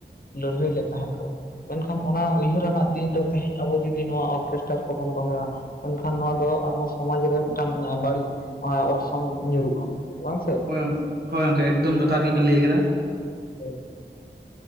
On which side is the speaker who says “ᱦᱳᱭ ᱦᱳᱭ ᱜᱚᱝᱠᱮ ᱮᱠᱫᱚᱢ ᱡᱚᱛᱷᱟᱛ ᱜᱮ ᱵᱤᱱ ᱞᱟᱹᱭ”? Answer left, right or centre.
Right